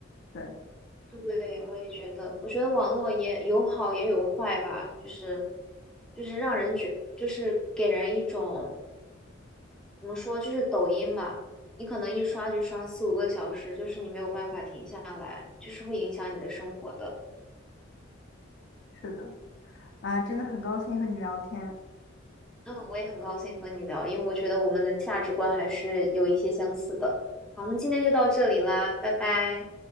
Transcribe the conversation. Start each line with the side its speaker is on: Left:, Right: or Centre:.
Left: 对，
Centre: 对，我也觉得，我觉得网络也有好也有坏吧，就是就是让人觉，就是给人一种怎么说，就是抖音嘛，你可能一刷就刷四五个小时，就是你没有办法停下来，就是会影响你的生活的。
Left: 是的，啊，真的很高兴和你聊天。
Centre: 嗯，我也很高兴和你聊，因为我觉得我们的价值观还是有一些相似的。好，那今天就到这里啦，拜拜。